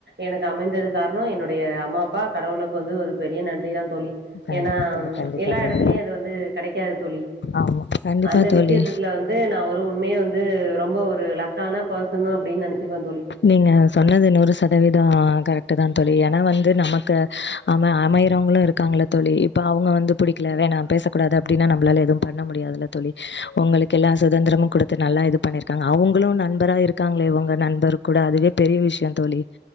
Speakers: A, on the right (about 70°); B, on the left (about 80°).
A: எனக்கு அமைந்தது காரணோ என்னுடைய அம்மா அப்பா கடவுளுக்கு வந்து ஒரு பெரிய நன்றி தா தோழி
B: கண்டிப்பா
A: ஏன்னா
B: தோழி கண்டிப்பா
A: எல்லா
B: தோழி
A: எடத்துலயு அது வந்து கெடைக்காது தோழி
B: ஆமா கண்டிப்பா
A: அந்த
B: தோழி
A: விஷயத்து இதுல வந்து து நா ஒரு உண்மைய வந்து ரொம்ப ஒரு லக்கான பர்சனு அப்புடின் நெனச்சுக்குவே தோழி
B: நீங்க சொன்னது நூறு சதவீதோ கரெக்ட்டு தா தோழி ஏன்னா வந்து நமக்கு அம அமையுரவங்களு இருக் இருக்காங்கல்ல தோழி இப்போ அவுங்க வந்து புடிக்ல வேணா பேசக்கூடாது அப்டினா நம்மளால எதுவு பண்ண முடியாதுல தோழி உங்களுக்கு எல்லா சுதந்திரமு குடுத்து நல்லா இது பண்ணிருக்காங்க அவுங்களு நண்பரா இருக்காங்களே இவுங்க நண்பரு கூட அதுவே பெரிய விஷயோ தோழி